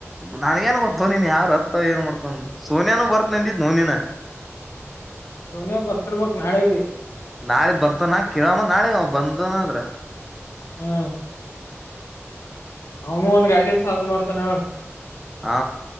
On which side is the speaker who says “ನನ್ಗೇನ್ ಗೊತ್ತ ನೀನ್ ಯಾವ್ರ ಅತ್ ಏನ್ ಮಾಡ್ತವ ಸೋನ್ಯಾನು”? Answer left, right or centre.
Centre